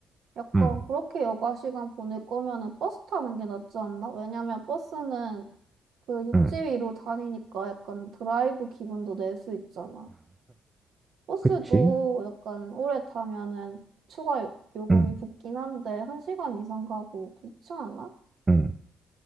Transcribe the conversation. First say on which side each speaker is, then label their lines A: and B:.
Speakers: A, on the right; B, on the right.
A: 약간
B: 응,
A: 그렇게 여가 시간 보낼 거면은 버스 타는 게 낫지 않나? 왜냐면 버스는 그 육지
B: 응,
A: 위로 다니니까 약간 드라이브 기분도 낼 수 있잖아. 버스도
B: 그치?
A: 약간 오래 타면은 추가 요- 요금이
B: 응,
A: 붙긴 한데 한 시간 이상 가고 그렇지 않아?
B: 응.